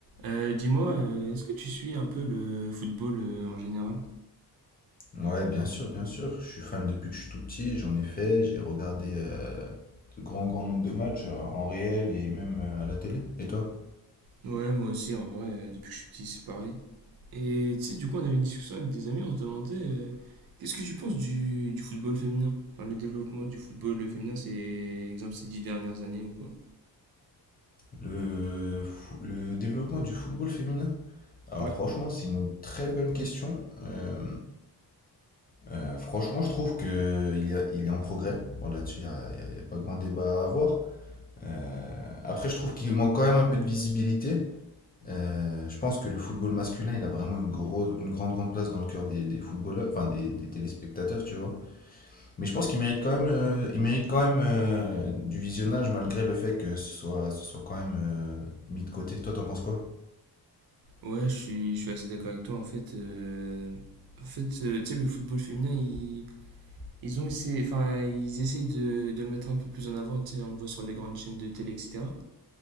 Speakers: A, on the right (about 60°); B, on the left (about 25°).
A: Euh, dis-moi, euh, est-ce que tu suis un peu le football euh, en général?
B: Ouais, bien sûr, bien sûr. Je suis fan depuis que je suis tout petit. J'en ai fait. J'ai regardé euh, de grands, grands nombres de matchs euh, en réel et même euh, à la télé. Et toi?
A: Ouais, moi aussi, en vrai, euh, depuis que je suis petit, c'est pareil. Et tu sais, du coup, on avait une discussion avec des amis, on se demandait euh, qu'est-ce que tu penses du, du football féminin? Enfin, le développement du football féminin, c'est, exemple, ces dix dernières années ou quoi?
B: Le, fou- le développement du football féminin? Alors
A: Ouais.
B: franchement, c'est une très bonne question. Euh, euh, franchement, je trouve que il y a- il est en progrès. Bon, là-dessus, il n'y a, il y a- il y a pas grand débat à avoir. Euh, après, je trouve qu'il manque quand même un peu de visibilité. Euh, je pense que le football masculin, il a vraiment une grosse, une grande, grande place dans le cœur des, des footballeurs, enfin des, des téléspectateurs, tu vois. Mais je pense qu'il mérite quand même, euh, il mérite quand même euh, du visionnage malgré le fait que ce soit, ce soit quand même euh, mis de côté. Toi, t'en penses quoi?
A: Ouais, je suis, je suis assez d'accord avec toi, en fait. euh, en fait, euh, tu sais, le football féminin, ils, ils ont essayé, enfin, ils essayent de, de le mettre un peu plus en avant, tu sais, on le voit sur les grandes chaînes de télé, etc.